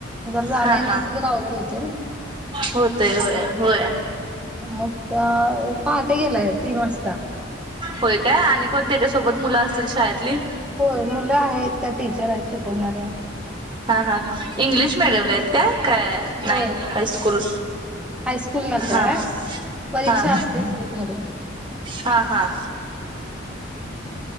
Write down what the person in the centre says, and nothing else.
जरा जाण
येण्याच
जर अवघड होते ना.
मग पहाटे गेलाय तीन वाजता.
होय मुलं आहेत त्या टीचर आहेत शिकवणाऱ्या.
होय
हायस्कूललाच
आहे परीक्षा
असते स्ट मधून.